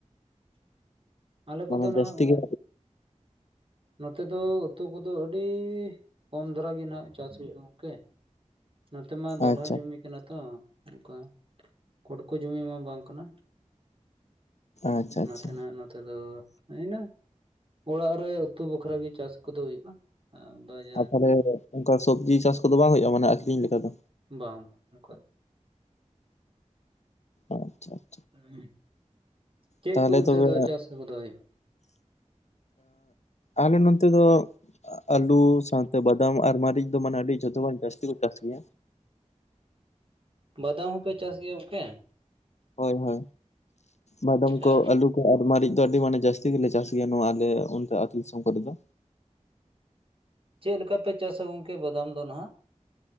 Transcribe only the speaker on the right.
ᱟᱞᱮ ᱠᱚᱫᱚ
ᱱᱟᱦᱟᱜ
ᱱᱚᱛᱮ ᱫᱚ ᱩᱛᱩ ᱠᱚᱫᱚ ᱟᱹᱰᱤ ᱠᱚᱢ ᱫᱷᱟᱨᱟ ᱜᱮ ᱱᱟᱜ ᱪᱟᱥ ᱦᱩᱭᱩᱜᱼᱟ ᱜᱚᱝᱠᱮ ᱱᱚᱛᱮ ᱢᱟ ᱫᱚᱞᱦᱟ
ᱡᱩᱢᱤ <unintelligible> ᱛᱚ ᱚᱱᱠᱟ ᱠᱚᱴᱠᱤ ᱡᱚᱢᱤ ᱢᱟ ᱵᱟᱝ ᱠᱟᱱᱟ
ᱚᱱᱟᱛᱮ
ᱱᱟᱜ ᱱᱚᱛ ᱫᱚ <unintelligible> ᱚᱲᱟᱜ ᱨᱮ ᱩᱛᱩ ᱵᱟᱠᱷᱟᱨ ᱜᱮ ᱪᱟᱥ ᱠᱚᱫᱚ ᱦᱩᱭᱩᱜᱼᱟ <unintelligible>
ᱵᱟᱝ ᱵᱟᱝ ᱚᱱᱠᱟ ᱫᱚ
<unintelligible>
ᱚᱱᱛᱮ
ᱫᱚ ᱪᱟᱥ ᱠᱚᱫᱚ <inaudible>
ᱵᱟᱫᱟᱢ ᱦᱚᱸᱯᱮ ᱪᱟᱥ ᱜᱮᱭᱟ ᱜᱚᱝᱠᱮ
ᱟᱪᱪᱷᱟ
ᱪᱮᱫ ᱞᱮᱠᱟ ᱯᱮ ᱪᱟᱥᱟ ᱜᱚᱝᱠᱮ ᱵᱟᱫᱟᱢ ᱫᱚ ᱱᱟᱦᱟᱜ